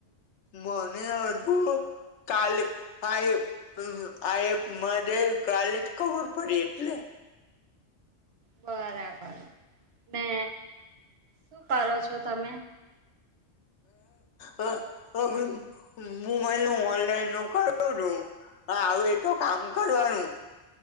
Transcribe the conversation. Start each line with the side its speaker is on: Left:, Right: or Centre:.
Left: મને <unintelligible> કાલે આ હ, આ એ મધે કાલે જ ખબર પડી એટલે.
Right: બરાબર. ને શું કરો છો તમે?
Left: હ, હવે મોબાઈલનું ઓનલાઈન હુ કરુ. હા, આવે તો કામ કરવાનું.